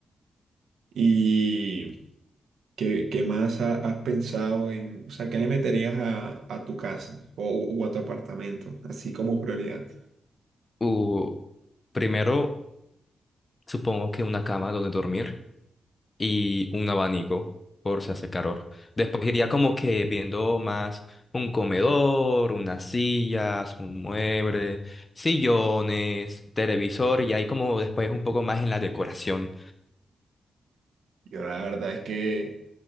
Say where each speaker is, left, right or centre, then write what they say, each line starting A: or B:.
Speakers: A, on the right (about 75°); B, on the left (about 20°).
A: y ¿Qué, qué más ha- has pensado en, o sea, qué le meterías a, a tu casa o, o a tu apartamento, así como prioridad?
B: Uh, primero, supongo que una cama donde dormir y un abanico por si hace calor. Después iría como que viendo más un comedor, unas sillas, un mueble, sillones, televisor y ahí como después un poco más en la decoración.
A: Yo la verdad es que